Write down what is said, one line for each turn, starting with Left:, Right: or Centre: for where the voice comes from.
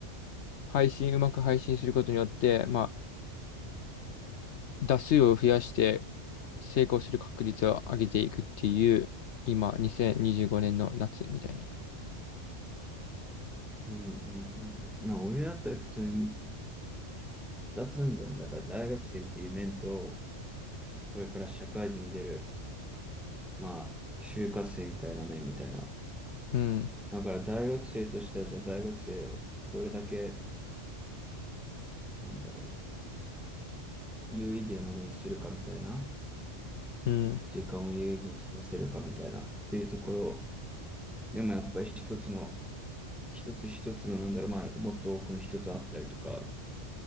Left: 配信、うまく配信することによって、まあ、打数を増やして成功する確率を上げていくっていう、今、2025年の夏みたいな。
Centre: うんうんうん。まあ、俺だったら普通に2つあるじゃん。だから大学生っていう面と、これから社会人に出る、まあ、就活生みたいな面みたいな。
Left: うん、
Centre: だから大学生としては、じゃあ大学生をどれだけ、なんだろうな、有意義なものにするかみたいな、
Left: うん、
Centre: 時間を有意義に過ごせるかみたいな、っていうところ、でもやっぱり一つの、一つ一つの、なんだろう、まあ、もっと多くの人と会ったりとか、